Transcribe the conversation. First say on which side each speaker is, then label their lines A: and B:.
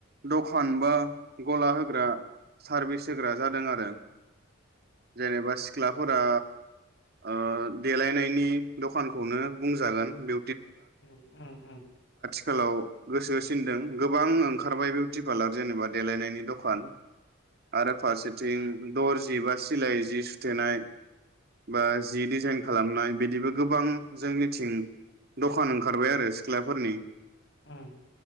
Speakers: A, on the right; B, on the left.
A: दखान बा गला होग्रा सार्भिस होग्रा जादों आरो। जेनेबा सि। सिख्लाफोरा ओ देलायनायनि दखानखौनो बुंजागोन बे।
B: उम उम उम।
A: आथिखालाव गोसो होसिनदों गोबां ओंखारबाय ब्यूटी पार्लर जेनेबा देलायनायनि दखान। आरो फारसे। थिं दरजि बा सिलाइ जि सु। थेनाय। बा जि डिजाइन। खालामनाय बिदिबो गोबां जोंनिथिं दखान ओंखारबाय आरो सिख्लाफोरनि।
B: उम।